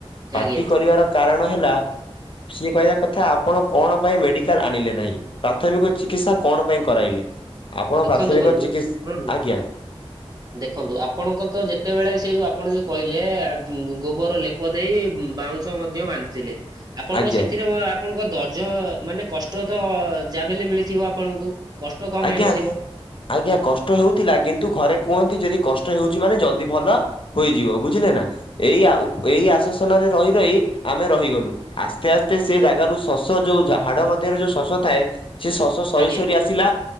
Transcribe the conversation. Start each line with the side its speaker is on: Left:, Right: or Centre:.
Left: ପାର୍ଟି
Right: ଆଜ୍ଞା
Left: କରିବାର କାରଣ ହେଲା ସିଏ କହିବା କଥା ଆପଣ କଣ ପାଇଁ ମେଡିକାଲ ଆଣିଲେ ନାହିଁ। ପ୍ରାଥମିକ ଚିକିତ୍ସା କଣ ପାଇଁ କରାଇଲେ? ଆପଣ
Right: ଦେଖନ୍ତୁ
Left: ପ୍ରାଥମିକ
Right: ବନ୍ଧୁ
Left: ଚିକିତ୍ସ
Right: ଶୁଣନ୍ତୁ
Left: ଆଜ୍ଞା
Right: ଦେଖନ୍ତୁ ଆପ୍ ପଣଙ୍କ ତ ଯେତେବେଳେ ସେ ଯୋଉ ଆପଣ ଯୋଉ କହିଲେ ଗୋବର ଲେପ ଦେଇ ବାଉଁଶ ମଧ୍ୟ ବା ବାନ୍ଧି ଥିଲେ ଆପଣଙ୍କ
Left: ଆଜ୍ଞା
Right: ସେଥିରେ ଆପଣଙ୍କ ଦର୍ଜ ମାନେ କଷ୍ଟ ତ ଯା ଵି ହେଲେ ମିଳିଥିବ ଆପଣଙ୍କୁ କଷ୍ଟ କମ
Left: ଆଜ୍ଞା
Right: ହେଇ ନଥି
Left: ଆଜ୍ଞା କଷ୍ଟ ହେଉଥିଲା କିନ୍ତୁ ଘରେ କୁହନ୍ତି ଯଦି କଷ୍ ଷ୍ଟ ହେଉଛି ମାନେ ଜଲଦି ଭଲ ହୋଇଯିବ ବୁଝିଲେ ନା ଏଇ ଏଇ ଉପ୍ ଆଶ୍ୱାସନାରେ ରହି ରହି ଆମେ ରହିଗଲୁ ଆସ୍ତେ ଆସ୍ତେ ସେ ଜାଗାରୁ ଶସ ଯୋଉ ହାଡ ମଧ୍ୟରେ ଯୋଉ ଶସ ଥାଏ ସେ ଶଶ ସରି
Right: ଆଜ୍ଞା
Left: ସରି ଆସିଲା